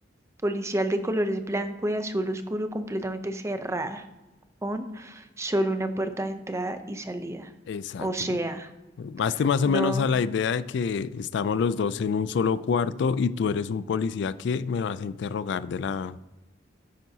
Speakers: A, on the right; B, on the left.
A: policial de colores blanco y azul oscuro completamente cerrada, con solo una puerta de entrada y salida.
B: Exacto.
A: O sea...
B: Hazte más o
A: No,
B: menos a la idea de que estamos los dos en un solo cuarto y tú eres un policía que me vas a interrogar de la...